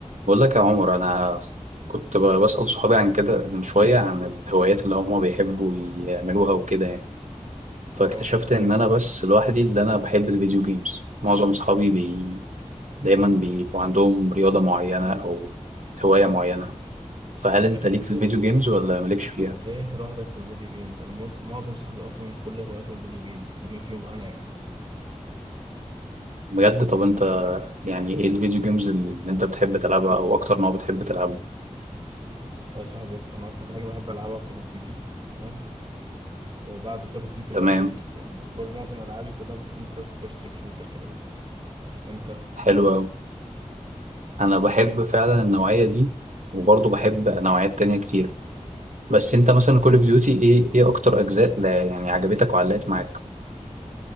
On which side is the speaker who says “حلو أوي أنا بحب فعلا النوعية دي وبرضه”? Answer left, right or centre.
Right